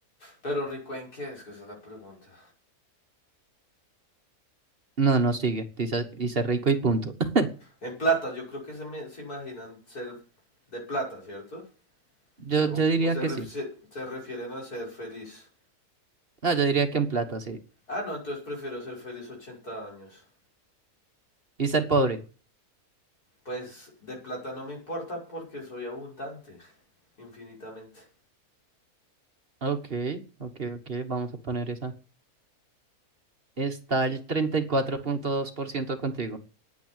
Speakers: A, on the left; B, on the right.
A: Pero rico en qué es que esa es la pregunta.
B: No, no sigue. Dice, y ser rico y punto. <laughs>
A: En plata, yo creo que se, me- se imaginan ser de plata, ¿cierto?
B: Yo,
A: Se- o
B: yo diría
A: o se,
B: que
A: ref-
B: sí.
A: se- se refieren a ser feliz.
B: No, yo diría que en plata, sí.
A: Ah, no, entonces prefiero ser feliz 80 años.
B: Y ser pobre.
A: Pues de plata no me importa porque soy abundante, infinitamente.
B: Ok, ok, ok, vamos a poner esa. Está el treinta y cuatro punto dos por ciento contigo.